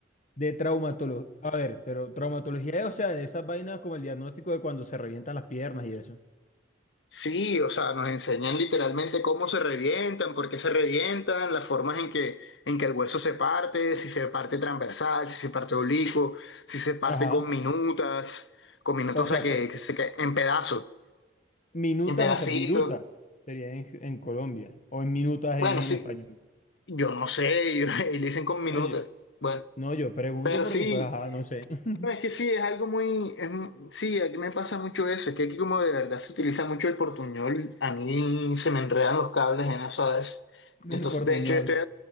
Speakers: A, on the left; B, on the left.
A: De traumatología. A ver, pero traumatología es, o sea, de esas vainas como el diagnóstico de cuando se revientan las piernas y eso.
B: Sí, o sea, nos enseñan literalmente cómo se revientan, por qué se revientan, las formas en que, en que el hueso se parte, si se parte transversal, si se parte oblicuo, si se parte
A: Ajá.
B: con minutas, con minutas,
A: O
B: o
A: sea,
B: sea, que,
A: que-
B: que se cae en pedazos,
A: minutas,
B: en pedacitos.
A: o sea, virutas sería en, en Colombia, o en minutas
B: Bueno,
A: en
B: sí,
A: en español.
B: yo no sé, <laughs> y dicen con minutas.
A: No, yo,
B: Bueno,
A: no, yo pregunto
B: pero
A: porque,
B: sí.
A: pues, ajá, no sé. <laughs>
B: No, es que sí, es algo muy, es mu- sí, aquí me pasa mucho eso, es que aquí como de verdad se utiliza mucho el portuñol, a mí se me enredan los cables en eso a veces. Entonces,
A: El portuñol.
B: de hecho, yo estoy,